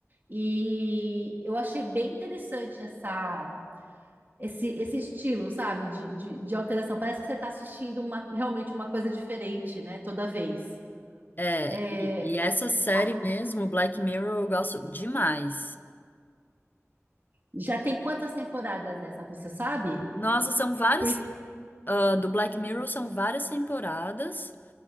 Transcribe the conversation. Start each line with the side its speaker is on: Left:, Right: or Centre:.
Right: E eu achei bem interessante essa esse, esse estilo, sabe, de, de, de alteração. Parece que você está assistindo uma, realmente uma coisa diferente, né, toda vez.
Left: É,
Right: É,
Left: e, e essa série
Right: a-
Left: mesmo, o Black Mirror, eu gosto demais.
Right: já tem quantas temporadas essa, você sabe?
Left: Nossa, são várias.
Right: Por...
Left: tem- ah, do Black Mirror são várias temporadas.